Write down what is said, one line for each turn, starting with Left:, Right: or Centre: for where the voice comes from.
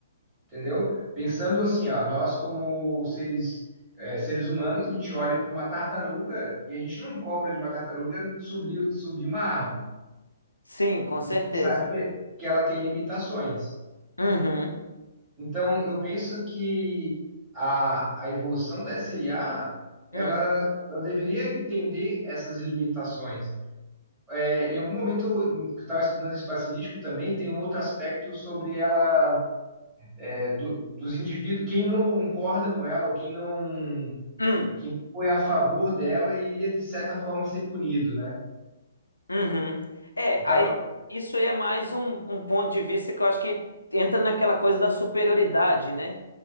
Right: entendeu? Pensando assim, ó, nós como seres, é, seres humanos, a gente olha para uma tartaruga e a gente não cobra de uma tartaruga subir, subir uma árvore.
Left: sim, com certeza.
Right: A gente sabe que que ela tem limitações.
Left: Uhum.
Right: Então, eu penso que a, a evolução da SIA, ela,
Left: Hum,
Right: ela deveria entender essas limitações. É, em algum momento em que eu estava estudando esse espaço indígena também, tem um outro aspecto sobre ela, é, do- dos indivíduos, quem não concorda com ela, ou quem não,
Left: hum,
Right: quem não foi a favor dela, iria, de certa forma, ser punido, né?
Left: uhum. É,
Right: Eu
Left: aí
Right: tava...
Left: isso aí é mais um, um ponto de vista que eu acho que entra naquela coisa da superioridade, né?